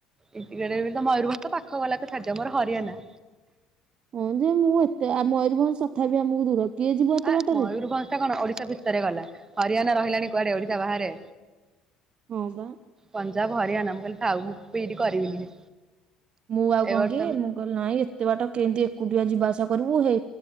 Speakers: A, on the right; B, on the right.
A: ଏଠିରେ ତ ମୟୂରଭଞ୍ଜ ତ ପାଖ ଗଲାକୁ ମୋର ହରିୟାଣା।
B: ହଁ ଯେ ମୁଁ ଏତେ ଆ ମୟୂରଭଞ୍ଜ ତଥାପି ଆମୁକୁ ଦୂର। କିଏ ଯିବ ଏତେ
A: ଆ
B: ବାଟରେ
A: ମୟୂରଭଞ୍ଜ ଟା କଣ ଓଡିଶା ଭିତରେ ଗଲା ହରିୟାଣା ରହିଲାଣି କୁଆଡେ ଓଡିଶା ବାହାରେ।
B: ହଁ ବା।
A: ପଞ୍ଜାବ ହରିୟାଣା ମୁଁ କହିଲି ଥାଉ ମୁଁ ପିଇଡି କରିବିନି।
B: ମୁଁ ଆଉ
A: ଏ
B: କଣ
A: ବର୍ଷ
B: କି ମୁଁ କଲି ନାଇଁ ଏତେ ବାଟ କେମିତି ଏକୁଟିଆ ଯିବା ଆସିବା କରିବୁ ହେ